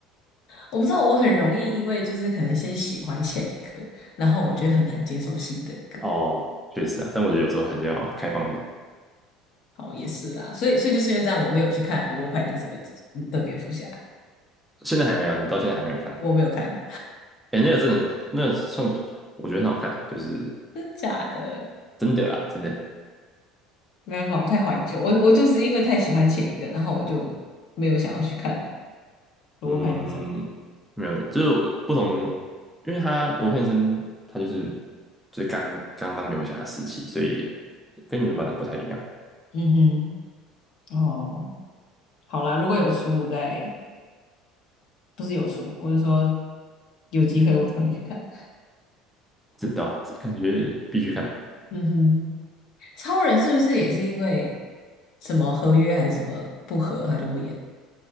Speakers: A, on the left (about 55°); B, in the centre.
A: 我不知道，我很容易因为就是可能先喜欢前一个，然后我觉得很难接受新的一个。
B: 哦，确实啊，但我觉得有时候还是要开放一点。
A: 好，也是啦，所以所以就是因为这样，我没有去看罗伯·派丁森的的蝙蝠侠，
B: 现在还没有，你到现在还没有看。
A: 我没有看，
B: 哎，那个真的很那个算我觉得很好看，就是
A: <laughs> 真的假的？
B: 真的啦，真的。
A: 没办法，我太怀旧，我我就是因为太喜欢前一个，然后我就没有想要去看罗伯·
B: 嗯，
A: 派丁森的。
B: 没有，就是我不同，因为他罗汉医生他就是就是刚刚当蝙蝠侠的时期，所以跟原版的不太一样。
A: 嗯哼，哦，好啦，如果有出，我再不是有出，我是说有机会我才会去看。
B: 知道，这感觉必须看，
A: 嗯哼。超人是不是也是因为什么合约还是什么不合，他就不演？